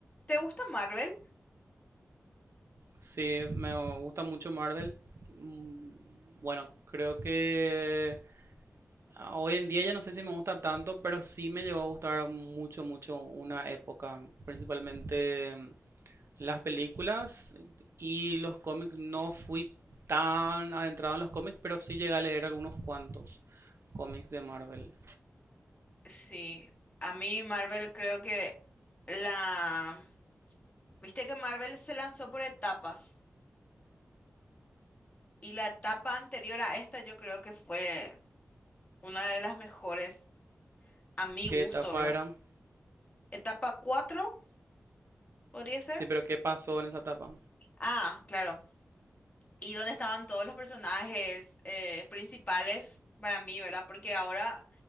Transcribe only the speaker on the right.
Sí, me gusta mucho Marvel. Mm, Bueno, creo que ah, hoy en día ya no sé si me gusta tanto, pero sí me llegó a gustar mucho, mucho una época, principalmente mm, las películas y los cómics. No fui tan adentrado en los cómics, pero sí llegué a leer algunos cuantos cómics de Marvel.
¿Qué
etapa
era?
Sí, pero ¿qué pasó en esa etapa?